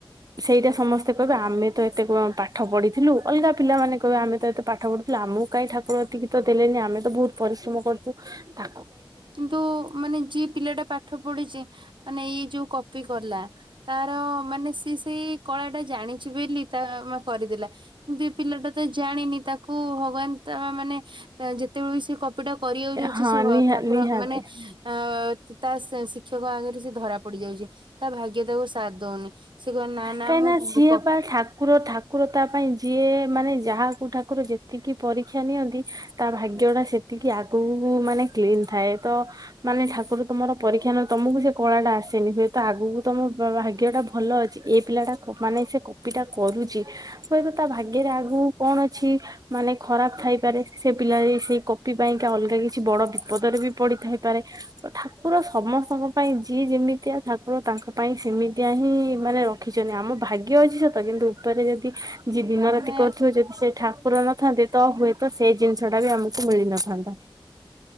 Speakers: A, on the right (about 45°); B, on the right (about 65°).
A: ସେଇଟା ସମସ୍ତେ କହିବେ ଆମେ ତ ଏତେ କଣ ପାଠ ପାଠ ପଢିଥିଲୁ ଅଲଗା ପିଲାମାନେ କହିବେ ଆମେ ତ ଏତେ ପାଠ ପଢ଼ିଥିଲୁ ଆମକୁ କାଇଁ ଠାକୁର ଏତିକି ତ ଦେଲେନି ଆମେ ତ ବହୁତ ପରି ପରିଶ୍ରମ କରୁଛୁ ତା
B: କିନ୍ତୁ ମାନେ ଯିଏ ପିଲା ଟା ପାଠ ପଢିଚି। ମାନେ ଏଇ ଯୋଉ କପି କଲା ତାର ମାନେ ସେ ସେଇ କଳାଟା ଜାଣିଛି ବୋଲି ତା ମା କରିଦେଲା କିନ୍ତୁ ଏ ପିଲାଟା ତ ଜାଣିନି ତାକୁ ଭଗବାନ ତା ମାନେ ଯେତେବେଳେ ବି ସେ କପିଟା କରିବାକୁ ଯାଉଛି
A: ହଁ
B: ସେ
A: ନିହା
B: ଠାକୁର
A: ନିହାତି।
B: ମାନେ ଅ ତା ସେ ସି ଶିକ୍ଷକ ଆଗରେ ସେ ଧରା ପଡି ଯାଉଛି ତା ଭାଗ୍ୟ ତାକୁ ସାଥ ଦଉନି ସେ କହିବ ନା ନା
A: କାହିଁକି
B: ମୁଁ
A: ସିଏ ଠାକୁର ଠାକୁର ତା ପାଇଁ ଦିଏ ମାନେ ଯାହାକୁ ଠାକୁର ଯେତିକି ପରୀକ୍ଷା ନିଅନ୍ତି ତା ଭାଗ୍ୟଟା ସେତିକି ଆଗକୁ ମାନେ କ୍ଲିନ ଥାଏ। ତ ମାନେ ଠାକୁର ତମର ପରୀକ୍ଷା ନଉ ତମକୁ ସେ କଳାଟା ଆସେନି ହୁଏତ ଆଗକୁ ତମ ଭାଗ୍ୟ ଟା ଭଲ ଅଛି ଏ ପିଲାଟା ମାନେ ସେ କପି ଟା କରୁଚି ହୁଏତ ତା ଭାଗ୍ୟ ରେ ଆଗ କୁ କଣ ଅଛି ମାନେ ଖରାପ ଥାଇପାରେ ସେ ପିଲା ଲା ସେଇ କପି ପାଇଁକା ଅଲଗା କିଛି ବଡ ବିପଦରେ ବି ପଡିଥାଇପାରେ ତ ଠାକୁର ସମସ୍ତ ସ୍ତଙ୍କ ପାଇଁ ଯିଏ ଯେମିତିଆ ଠାକୁର ତାଙ୍କ ପାଇଁ ସେମିତିଆ ହିଁ ମାନେ ରଖିଛନ୍ତି ଆମ ଭାଗ୍ୟ ଅଛି। କିନ୍ତୁ ଉପରେ ଯଦି ଯିଏ ଦିନରାତି
B: ମାନେ
A: କରୁଥିବ ଯଦି ସେ ଠାକୁର ନଥାନ୍ତି ତ ହୁଏ ତ ସେଇ ଜିନିଷ ଟା ବି ଆମକୁ ମିଳିନଥାନ୍ତା।